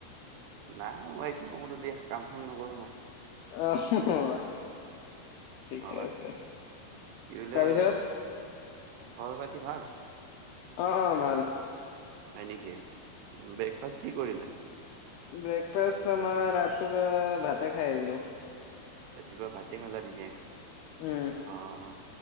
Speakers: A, on the right; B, on the left.
A: নাই মই একো নকৰোঁ দিয়া, কাম চাম নকৰোঁ মই।
B: অ' হয় নি। ঠিকে
A: অ
B: আছে।
A: কি বোলে
B: তাৰপিছত
A: খবৰ পাতি ভাল?
B: অ অ ভাল
A: হয় নেকি? ব্ৰেকফাষ্ট কি কৰিলা?
B: ব্ৰেকফাষ্ট তোমাৰ ৰাতিপুৱা ভাতে খাই আহিলোঁ।
A: ৰাতিপুৱা ভাতে খালা নেকি?
B: উম
A: অ'